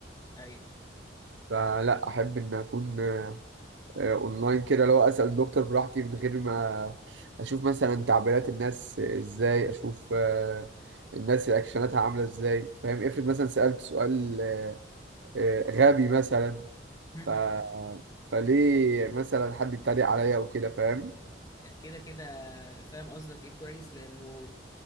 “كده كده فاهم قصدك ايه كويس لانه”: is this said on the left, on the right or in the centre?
Left